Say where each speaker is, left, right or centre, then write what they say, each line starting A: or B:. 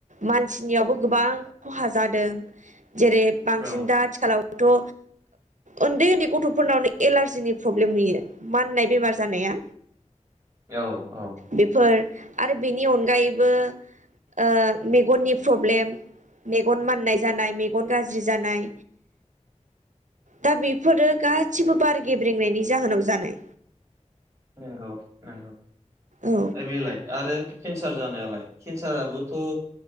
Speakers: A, on the right (about 75°); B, on the right (about 25°).
A: मानसिनियावबो गोबां खहा जादों जेरै बांसिन
B: औ
A: दा आथिखालाव थ' उन्दै उन्दै गथ'फोरनावनो एलारजिनि प्रब्लेम नुयो माननाय बेमार जानाया
B: औ औ
A: बेफोर आरो बेनि अनगायैबो ओ मेगननि प्रब्लेम मेगन माननाय जानाय मेगन गाज्रि जानाय दा बेफोरो गासिबो बार गेब्रेंनायनि जाहोनाव जानाय
B: नंगौ नंगौ।
A: औ
B: बेलाय आरो केन्सार जानानै नालाय केन्साराबोथ'